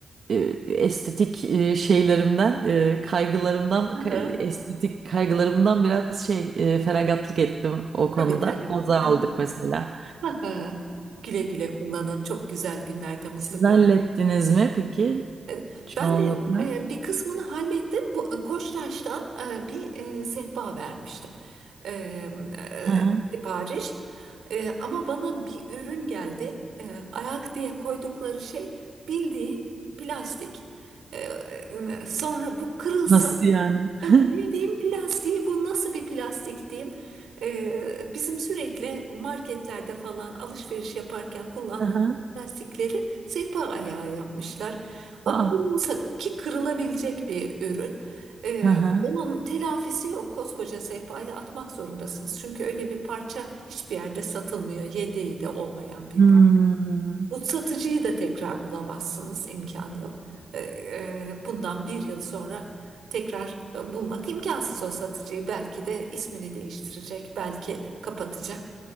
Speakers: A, on the right (about 60°); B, on the right (about 85°).
A: E, estetik e, şeylerimden, e, kaygılarımdan,
B: Hı
A: kay-
B: hı.
A: estetik kaygılarımdan biraz şey e, feragatlık ettim o konuda.
B: Tabii, tabii.
A: Baza
B: Hı
A: aldık
B: hı.
A: mesela.
B: Hı hı. Güle güle kullanın. Çok güzel günlerde, mutlu
A: Siz
B: gün.
A: hallettiniz mi peki
B: E,
A: çoğunlukla?
B: Ben de e, bir kısmını hallettim. Bu e, Koçtaş'tan e, bir e, sehpa vermiştim. E, e,
A: Hı hı.
B: sipariş. E, ama bana bir ürün geldi. E, ayak diye koydukları şey bildiğin plastik. E, e, sonra bu kırılsa
A: Nasıl yani?
B: Ya
A: <laughs>
B: Bildiğim plastiği bu nasıl bir plastik diyeyim? Ee, bizim sürekli marketlerde falan alışveriş yaparken kullandığımız
A: Hı hı.
B: plastikleri sehpa ayağı yapmışlar. O
A: Aa.
B: kırılsa ki kırılabilecek bir ürün. Ee,
A: Hı hı.
B: onun telafisi yok. Koskoca sehpayı atmak zorundasınız. Çünkü öyle bir parça hiçbir yerde satılmıyor. Yedeği de olmayan bir
A: Hmm.
B: parça. Bu satıcıyı da tekrar bulamazsınız, imkanı yok. Ee, e, bundan bir yıl sonra tekrar e, bulmak imkansız o satıcıyı. Belki de ismini değiştirecek, belki kapatacak.